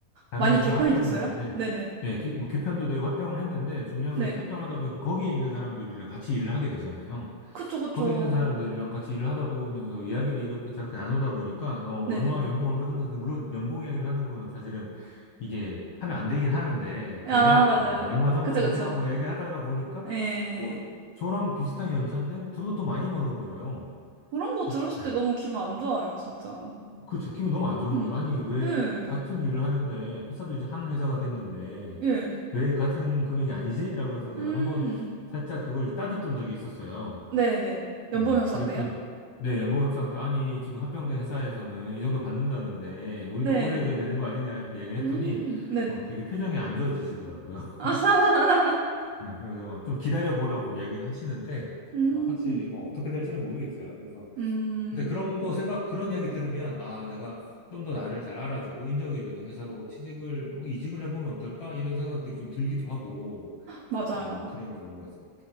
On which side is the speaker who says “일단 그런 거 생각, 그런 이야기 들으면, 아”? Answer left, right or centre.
Left